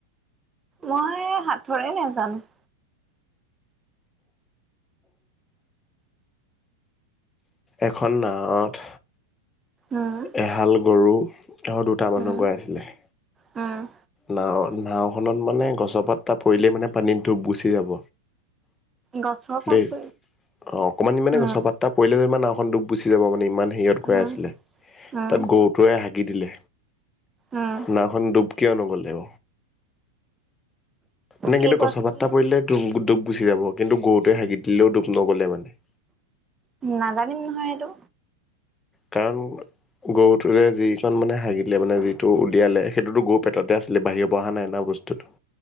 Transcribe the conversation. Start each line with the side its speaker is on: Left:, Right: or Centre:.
Right: মই সথৰে নোজানো।
Left: এখন নাৱত।
Right: উম
Left: এহাল গৰু। আৰু দুটা মানুহ
Right: উম
Left: গৈ আছিলে।
Right: উম।
Left: নাও নাওখনত মানে গছপাত এটা পৰিলেই মানে পানীটো গুচি যাব।
Right: গছৰ পাত
Left: দেই,
Right: পৰি
Left: অ অকমান মানে
Right: উম
Left: গছপাতটা পৰিলে যে ইমান ন। সখ গুচি যাব মানে ইমান। হেৰিত গৈ
Right: উম
Left: আছিলে
Right: উম
Left: তাত গৰুটোৱে। ভাকি দিলে।
Right: উম
Left: নাখন দুব। কিয় নগ'লেব। নাই
Right: কি
Left: কিন্তু
Right: কৈছিলে
Left: গছপাত্তা পৰিলে দুুখ গুচি যাব কিন্তু গৰুটোৱে হাগি দিলেও দুখ। নগ'লে মানে।
Right: নাজানিম নহয় এইটো।
Left: কাৰণ গৰুটোতে যিণ মানে হাগিলে মানে যিটো উলিয়ালে সেইটোতো গৰু পেটতে আছিলে বাহিৰ পৰা অহা নাই নহ বস্তুটো।